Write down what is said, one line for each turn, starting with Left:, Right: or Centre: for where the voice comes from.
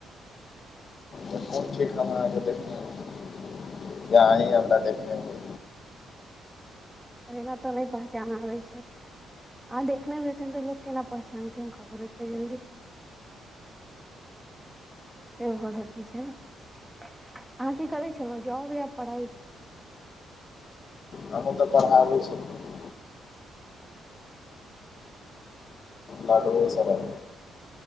Left: कोन ठीक हम आहाँ के देखने हौय या
Centre: हँ
Left: अहिं हमरा देखने होय।
Centre: एना तऽ नै पहचान आबै छैत। आहाँ देखने हेबै तेहन तऽ लोक केना पहचानथिन ककरो ऐते जल्दी। से भऽ सकै छै आहाँ की करै छेलौ जॉब या पढ़ाइ।
Left: हमहुँ तऽ पढ़ाबैै छेलियेै। लाडोओ <unintelligible>